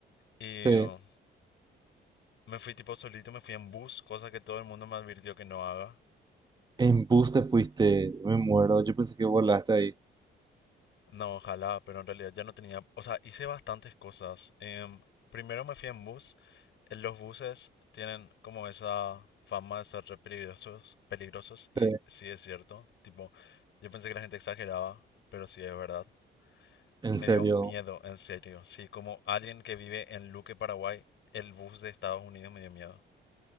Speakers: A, on the left; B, on the right.
A: Y
B: Sí.
A: uh, me fui tipo solito, me fui en bus, cosa que todo el mundo me advirtió que no haga.
B: En bus te fuiste. Me muero. Yo pensé que volaste ahí.
A: No, ojalá, pero en realidad ya no tenía... O sea, hice bastantes cosas. Em, primero me fui en bus. En Los buses tienen como esa fama de ser re peligrosos, peligrosos y
B: Sí.
A: sí es cierto. Tipo, yo pensé que la gente exageraba, pero sí es verdad.
B: En
A: Me
B: serio.
A: dio miedo, en serio. Sí, como alguien que vive en Luque, Paraguay, el bus de Estados Unidos me dio miedo.